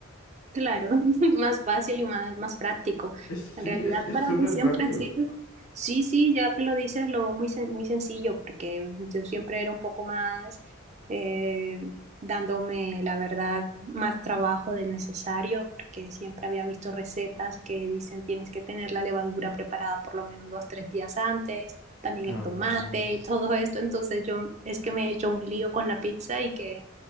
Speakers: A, on the right (about 30°); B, on the left (about 75°).
A: Claro, <laughs> más fácil y más, más práctico.
B: Es, sí,
A: En realidad
B: es, es
A: para
B: súper
A: mí siempre
B: rápido.
A: ha sido, sí, sí, ya que lo dices, lo veo muy, sen- muy sencillo, porque yo siempre era un poco más eh, dándome, la verdad, más trabajo del necesario, porque siempre había visto recetas que dicen tienes que tener la levadura preparada por lo menos dos, tres días antes, también
B: Ah,
A: el tomate y todo esto. Entonces yo es que me he hecho un lío con la pizza y que